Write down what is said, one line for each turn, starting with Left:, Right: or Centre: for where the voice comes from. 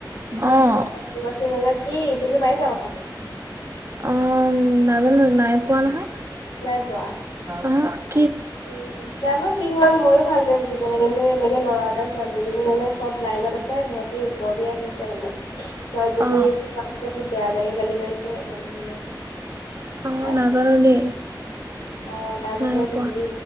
Right: অ'।
Left: অম্বুবাচী মেলা কি বুজি পাইছা কথাটো
Right: অ', নাজানো নাই পোৱা নহয়।
Left: নাই পোৱা?
Right: ওহোঁ।
Left: উম, জানো কি হ'ল ময়ো ভালকে বুজি পোৱা নাই, কিন্তু এনেকে ল'ৰা এটাই ছোৱালী এজনীক মানে চব লাইনত আছে, সিহঁতি ওপৰ দি আহি আছে মানে। ছোৱালীজনী
Right: অ
Left: ল'ৰাটোকে বহুত বেয়া বেয়াকে গালি পাৰিছে মানুহখিনিয়ে।
Right: অ',
Left: তাৰপাছত
Right: নাজানো দেই।
Left: অ', তাৰপাছত
Right: নাই পোৱা
Left: হেৰী